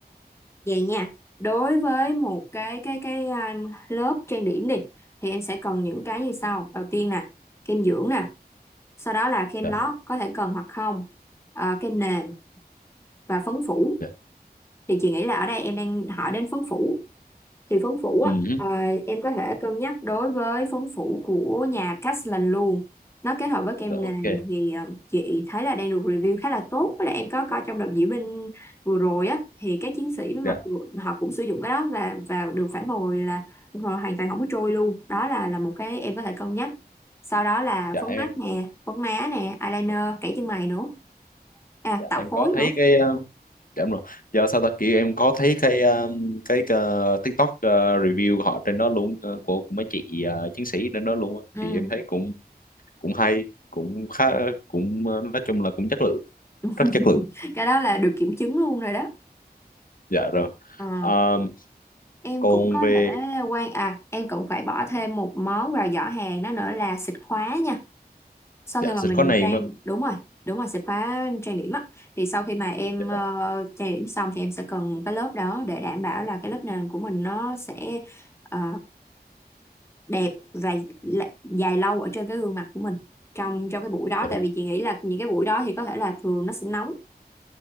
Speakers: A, on the left; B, on the left.
A: vậy nha đối với một cái cái cái um, lớp trang điểm đi thì em sẽ cần những cái như sau đầu tiên nè kem dưỡng nè sau đó là kem
B: dạ
A: lót có thể cần hoặc không Ờ, kem nền và phấn phủ
B: dạ
A: thì chị nghĩ là ở đây em đang hỏi đến phấn phủ thì phấn phủ á
B: ừ
A: à, em có thể cân nhắc đối với phấn phủ của nhà Castellan luôn nó kết hợp với kem
B: Dạ,
A: nền
B: ok
A: thì ờ, chị thấy là đang được review khá là tốt với lại em có coi trong đợt diễu binh vừa rồi á thì các chiến sĩ mặc
B: dạ
A: dù họ cũng sử dụng cái đó và và được phản hồi là họ hoàn toàn không có trôi luôn đó là là một cái em có thể cân nhắc sau đó là
B: dạ
A: phấn
B: em
A: mắt nè phấn má nè eyeliner kẻ chân mày nữa à
B: dạ
A: tạo
B: em
A: khối
B: có thấy
A: nữa
B: cái um, dạ đúng rồi giờ sao ta kiểu em có thấy cái um, cái uh, TikTok uh, review của họ trên đó luôn uh, của, của mấy chị uh, chiến sĩ trên đó luôn á.
A: ừ.
B: thì em thấy cũng cũng hay cũng khá cũng uh, nói chung là cũng chất lượng
A: <laughs>
B: rất chất lượng
A: cái đó là được kiểm chứng luôn rồi đó
B: dạ rồi
A: Ờ.
B: Ờ,
A: em
B: còn
A: cũng có
B: về
A: thể quan à em cũng phải bỏ thêm một món vào giỏ hàng đó nữa là xịt khóa nha sau
B: dạ
A: khi mà
B: sẽ
A: mình
B: có này
A: trang
B: mà
A: đúng rồi đúng rồi xịt khóa trang điểm á thì sau khi mà em
B: dạ
A: ờ,
B: rồi
A: trang điểm xong thì em sẽ cần một cái lớp đó để đảm bảo là cái lớp nền của mình nó sẽ ờ, đẹp và l- dài lâu ở trên cái gương mặt của mình trong trong cái buổi đó
B: dạ rồi
A: tại vì chị nghĩ là những cái buổi đó thì có thể là thường nó sẽ nóng